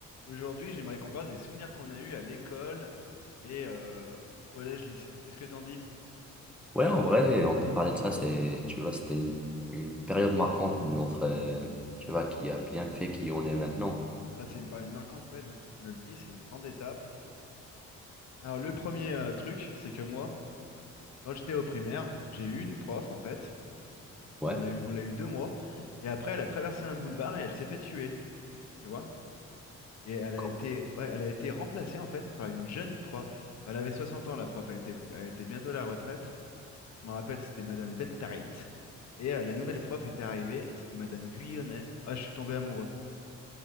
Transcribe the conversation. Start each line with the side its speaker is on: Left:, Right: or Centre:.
Left: Aujourd'hui, j'aimerais qu'on parle des souvenirs qu'on a eus à l'école et euh, au collège-lycée. Qu'est-ce que t'en dis?
Centre: Ouais, en vrai, on peut parler de ça. C'est, tu vois, c'était une, une période marquante de notre, euh, tu vois, qui a bien fait qui on est maintenant.
Left: Ah, c'est une période marquante ouais, de, de notre vie, c'est une grande étape. Alors le premier euh, truc, c'est que moi, quand j'étais au primaire, j'ai eu une prof en fait. On
Centre: Ouais.
Left: a eu, on l'a eu deux mois. Et après, elle a traversé un boulevard et elle s'est fait tuer, tu vois. Et elle a
Centre: Quand
Left: été, ouais, elle a été remplacée en fait par une jeune prof. Elle avait 60 ans, la prof, elle était, elle était bientôt à la retraite. Je me rappelle, c'était Madame Bentarit. Et euh, la nouvelle prof était arrivée, et c'était Madame Guyonnet. Ah, je suis tombé amoureux.